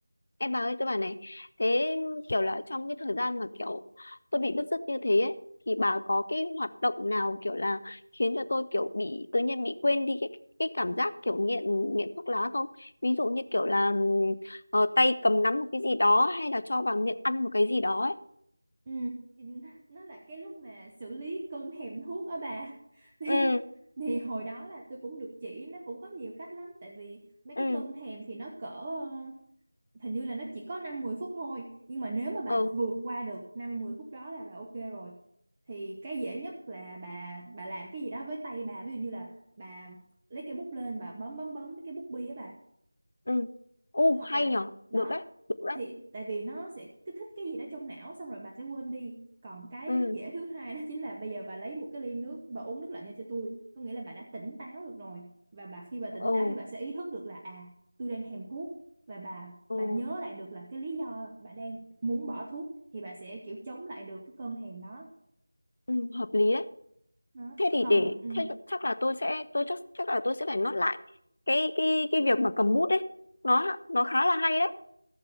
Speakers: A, on the left; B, on the right.
A: Em bà ơi, tôi bảo này, thế kiểu là trong cái thời gian mà kiểu tôi bị bứt rứt như thế ấy, thì bà có cái hoạt động nào kiểu là khiến cho tôi kiểu bị tự nhiên bị quên đi cái cái cảm giác kiểu nghiện nghiện thuốc lá không? Ví dụ như kiểu là ừm, ờ, tay cầm nắm một cái gì đó hay là cho vào miệng ăn một cái gì đó ấy.
B: Ừ, nó là cái lúc mà xử lý cơn thèm thuốc ở bà <laughs> thì
A: Ừ,
B: thì hồi đó là tôi cũng được chỉ nó cũng có nhiều cách lắm tại vì mấy
A: ừ,
B: cái cơn thèm thì nó cỡ ờ, hình như là nó chỉ có 5 10 phút thôi nhưng mà nếu mà bà
A: ừ,
B: vượt qua được 5 10 phút đó là bà ok rồi thì cái dễ nhất là bà bà làm cái gì đó với tay bà ví dụ như là bà lấy cái bút lên bà bấm bấm bấm cái bút bi á bà
A: ừ. Ồ,
B: hoặc
A: hay
B: là
A: nhở,
B: đó
A: được đấy, được đấy.
B: thì tại vì nó sẽ kích thích cái gì đó trong não xong rồi bà sẽ quên đi còn cái
A: Ừ,
B: dễ thứ hai đó chính là bây giờ bà lấy một cái ly nước bà uống nước lạnh nha cho tôi có nghĩa là bà đã tỉnh táo được rồi và bà khi bà tỉnh táo
A: ồ,
B: thì bà sẽ ý thức được là à tôi đang thèm thuốc và bà
A: ồ,
B: bà nhớ lại được là cái lý do bà đang muốn bỏ thuốc thì bà sẽ kiểu chống lại được cái cơn thèm đó
A: ừ, hợp lý đấy.
B: đó
A: thế thì
B: còn
A: để
B: ừ,
A: thế chắc là tôi sẽ tôi chắc chắc là tôi sẽ phải nốt lại cái cái cái việc mà cầm bút đấy nó nó khá là hay đấy